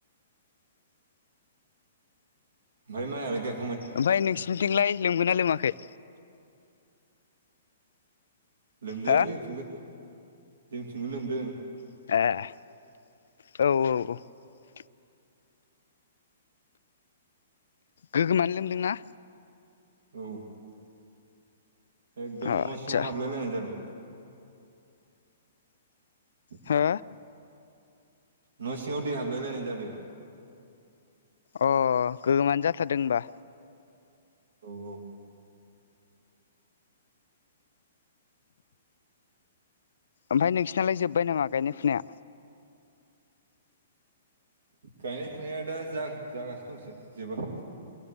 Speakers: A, on the right; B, on the left.
A: बाय मायालाय गायखां
B: ओमफ्राय नोंसिनिथिंलाय लोंमोना लोमाखै
A: लोमदों
B: हो
A: जोंथिंबो जोंथिंबो लोमदों
B: ए औ औ औ गोगोमानो लोमदोंना
A: औ एकदम
B: अ
A: न'
B: आदसा
A: सिङाव हाबलाय लायनाय जादों
B: हो
A: <unintelligible> न' सिङाव दै हाबलाय लायनाय जादों
B: अ गोोमानो जाथारदों होनबा
A: औ औ
B: ओमफ्राय नोंसिनालाय जोब्बाय नामा गायनाय फुनाया
A: गायनाय फुनाया दा जागासिनो दंसै जोबाखै